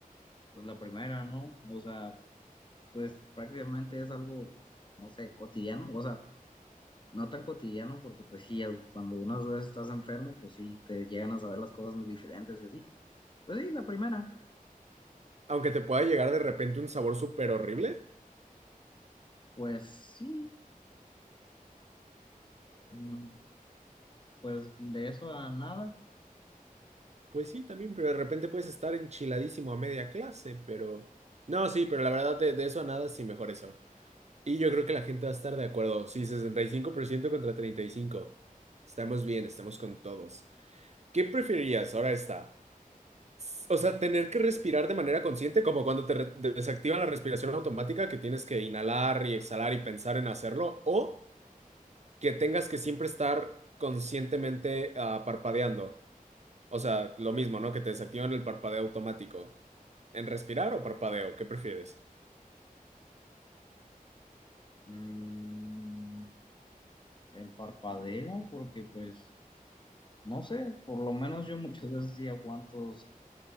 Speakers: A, on the left; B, on the right.
A: Pues la primera, ¿no? O sea, pues prácticamente es algo, no sé, cotidiano, o sea, no tan cotidiano porque pues sí, el- cuando unas veces estás enfermo, pues sí, te llegan a saber las cosas muy diferentes y así. Pues sí, la primera,
B: Aunque te pueda llegar de repente un sabor súper horrible.
A: pues sí, mm, pues de eso a nada.
B: Pues sí, también, pero de repente puedes estar enchiladísimo a media clase, pero... No, sí, pero la verdad de, de eso a nada, sí, mejor eso. Y yo creo que la gente va a estar de acuerdo. Sí, 65% contra treinta y cinco, Estamos bien, estamos con todos. ¿Qué preferirías? Ahora está. S- O sea, tener que respirar de manera consciente, como cuando te re- te desactivan la respiración automática, que tienes que inhalar y exhalar y pensar en hacerlo, o que tengas que siempre estar conscientemente ah, parpadeando. O sea, lo mismo, ¿no? Que te desactivan el parpadeo automático. ¿En respirar o parpadeo? ¿Qué prefieres?
A: Mm, el parpadeo, porque pues, no sé, por lo menos yo muchas veces sí aguanto